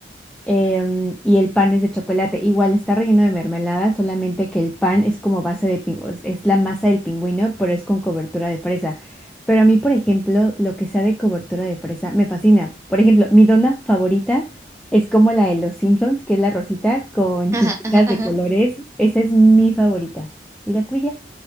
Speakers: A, in the centre; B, on the right (about 15°).
A: em, y el pan es de chocolate. Igual está relleno de mermelada, solamente que el pan es como base de pingüinos, es la masa del pingüino, pero es con cobertura de fresa. Pero a mí, por ejemplo, lo que sea de cobertura de fresa me fascina. Por ejemplo, mi dona favorita es como la de los Simpsons, que es la rosita con
B: Ajá,
A: chispitas
B: ajá,
A: de
B: ajá.
A: colores. Esa es mi favorita. ¿Y la tuya?